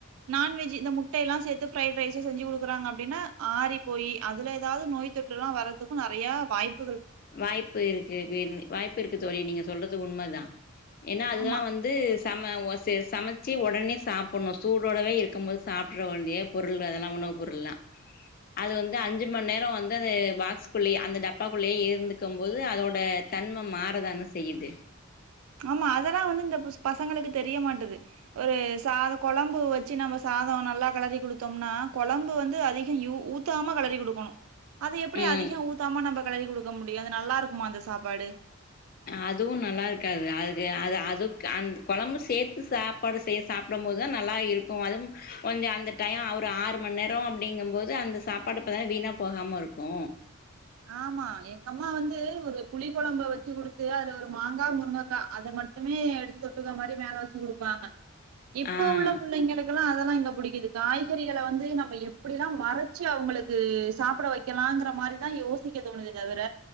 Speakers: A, on the right (about 80°); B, on the left (about 45°).
A: நான்வெஜி இந்த முட்டையெலா சேத்து ஃப்ரைட் ரைஸ்சு செஞ்சு குடுக்கறாங்க அப்டினா ஆரி போயி அதுல எதாவ்து நோய் தொட் றுலா வர்றத்துக்கு நறைய வாய்ப்
B: வாய்ப்பு இருக்கு பெர்னி வாய்ப்பு இருக்கு தோழி நீங்க சொல்றது உண்மதா ஏன்னா அதுதா
A: ஆமா.
B: வந்து சம ஓ செ சமச்சு ஒடனே சாப்புண்ணோ சூடோடவே இருக்கும் போதே சாப்ட்ற வேண்டியப் பொருள்வ அதலா உணவு பொருள்லா அது வந்து அஞ்சு மண்நேரோ வந்து அது பாக்ஸ்குள்ளேயே அந்த டப்பாக்குள்ளேயே இர் ந்துக்கும் போது அதோட தன்மம் மாறதான செய்யுது
A: ஆமா அதலா வந்து இந்த புஸ் பசங்களுக்கு தெரிய மாட்டது ஒரு சாதோ கொழம்பு வச்சு நம்ம சாதோ நல்லா கலறி குடுத்தோம்னா கொழம்பு வந்து அதிக யூ ஊத் தாம கலறி குடுக்கணு அது எப்பிடி
B: ம்
A: அதிக ஊத்தாம நம்ப கலறி குடுக்க முடியு அது நல்லா இருக்குமா அந்த சாப்பாடு
B: அதுவும் நல்லா இருக்காது அதுக்கு அது அதுக் அந்த கொழம்பு சேத்து சாப்பாடு செய்ய சாப் டும் போதுதா நல்லா இருக்கு அதுவும் கொஞ்ச அந்த டயு அவ்ரு ஆறு மண்நேரோ அப்டிங்கும்போது அந்த சாப்பாடு அப்பதா வீணாபோகாமருக்கு
A: ஆமா எங்க அம்மா வந்து ஒரு புளி கொழம்ப வெச்சு குடுத்து அதுல ஒரு மாங்கா ஒரு முருங்கக்கா அத மட் டுமே எடுத்து தொட்டுக்க மாரி மேல வெச்சு குடுப்பாங்க இப்ப
B: ஆ
A: உள்ள புள்ளைங்களுக்குலா அதலா எங்க புடிக்குது காய்கறிகள வந்து நம்ம எப்டிலா மறச்சு அவுங்குளுக்கு சாப்ட வைக்கலாங்குறா மாரி தா யோசிக்க தோணுது தவிர